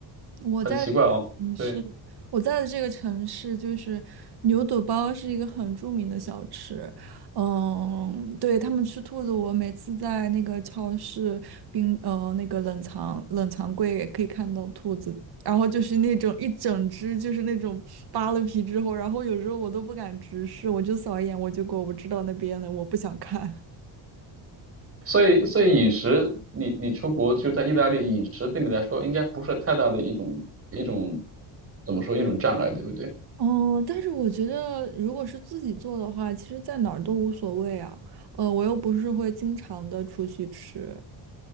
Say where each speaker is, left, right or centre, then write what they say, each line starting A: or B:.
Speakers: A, on the right; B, on the right.
A: <laughs>
B: 我在的这个城市，
A: 很奇怪哦。对。
B: 我在的这个城市就是牛肚包是一个很著名的小吃。嗯，对，他们吃兔子，我每次在那个超市冰呃那个冷藏冷藏柜也可以看到兔子，然后就是那种一整只，就是那种扒了皮之后，然后有时候我都不敢直视，我就扫一眼我就过，我知道那边了，我不想看。
A: 所以，所以饮食，你你出国就在意大利，饮食对你来说应该不是太大的一种一种怎么说一种障碍，对不对
B: 哦，但是我觉得，如果是自己做的话，其实在哪儿都无所谓啊。呃，我又不是会经常的出去吃，